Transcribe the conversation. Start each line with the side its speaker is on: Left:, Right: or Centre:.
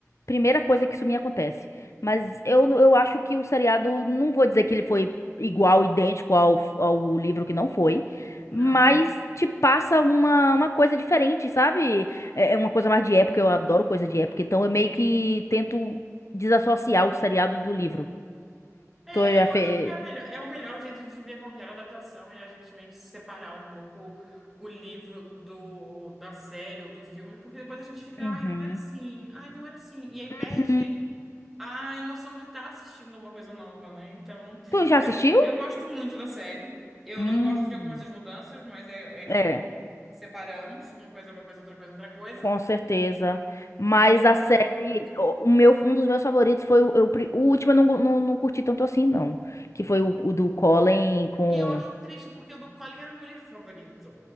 Left: Primeira coisa que isso me acontece. Mas eu, eu acho que o seriado, não vou dizer que ele foi igual, idêntico ao, ao livro, que não foi.
Centre: Não.
Left: Mas te passa uma, uma coisa diferente, sabe? É é uma coisa mais de época, eu adoro coisa de época. Então eu meio que tento desassociar o seriado do livro.
Centre: É,
Left: Tu já
Centre: eu
Left: fez.
Centre: acho que é, a melhor, é o melhor jeito de ver qualquer adaptação é a gente meio que separar um pouco o livro do, da série ou do filme, porque depois a gente fica,
Left: Uhum.
Centre: ai, não era assim, ai, não era assim. E aí perde
Left: Hum.
Centre: a emoção de estar assistindo uma coisa nova, né? Então,
Left: Tu já assistiu?
Centre: mas eu, eu gosto muito da série. Eu
Left: Hum.
Centre: não gosto de algumas das mudanças, mas é, é de
Left: É,
Centre: novo, separamos, uma coisa é uma coisa, outra coisa é outra coisa,
Left: com certeza. Mas
Centre: mas eu
Left: a série,
Centre: gosto muito.
Left: o o meu, um dos meus favoritos foi o, eu pri- o último, eu não, go- não, não curti tanto assim, não. Que foi o, o do Colin com.
Centre: E eu acho triste, porque o do Colin era o meu livro favorito.